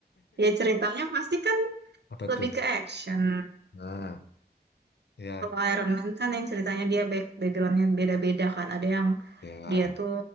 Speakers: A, on the right; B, on the left.
A: Ya ceritanya pasti kan
B: Apa
A: lebih
B: tuh?
A: ke action.
B: Nah, ya,
A: Kalau Iron Man kan yang ceritanya dia back backgroundnya beda-beda kan. Ada yang
B: ya.
A: dia tuh